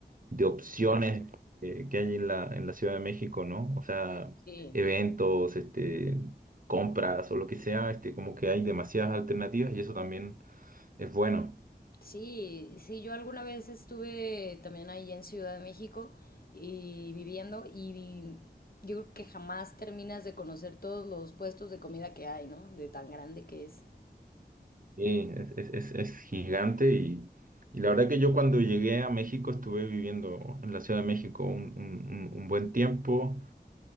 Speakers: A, on the right; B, on the left.
A: de opciones eh, que hay en la, en la Ciudad de México, ¿no? O sea,
B: sí,
A: eventos, este, compras o lo que sea, este, como que hay demasiadas alternativas y eso también es bueno.
B: sí, sí, yo alguna vez estuve también ahí en Ciudad de México y viviendo y vi- yo creo que jamás terminas de conocer todos los puestos de comida que hay, ¿no? De tan grande que es.
A: Sí, es, es, es- es gigante y, y la verdad que yo cuando llegué a México estuve viviendo en la Ciudad de México un, un un- un buen tiempo.